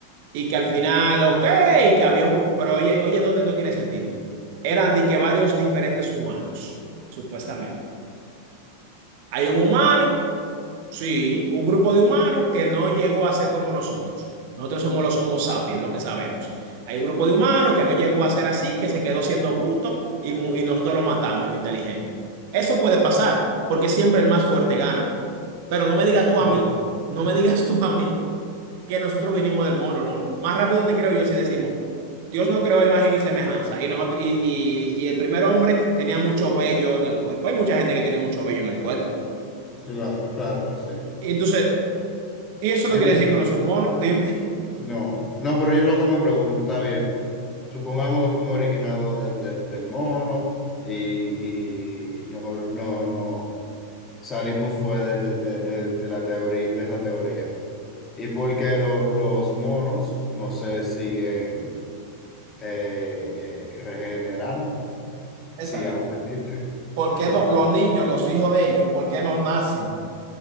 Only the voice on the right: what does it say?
Y que al final, ok, que había un... gru- Pero oye, oye, ¿dónde no tiene sentido? Eran de que varios diferentes humanos, supuestamente. Hay un humano. Sí, un grupo de humanos que no llegó a ser como nosotros. Nosotros somos los Homo sapiens, lo que sabemos. Hay un grupo de humanos que no llegó a ser así, que se quedó siendo bruto y, mu- y nosotros lo matamos, lo inteligente. Eso puede pasar, porque siempre el más fuerte gana. Pero no me digas tú
a mí, no me digas <laughs> tú a mí que nosotros vinimos del mono, no. Más rápido te creo yo si decimos, Dios no creó imagen y semejanza. Y nosotros, y, y y el primer hombre tenía mucho vello en el cuerpo. Hay mucha gente que tiene mucho vello en el cuerpo.
Y entonces Y eso no
quiere decir que uno sea un mono, dime.
Exacto.
¿Por
qué no los niños, los hijos de ellos, por qué no nacen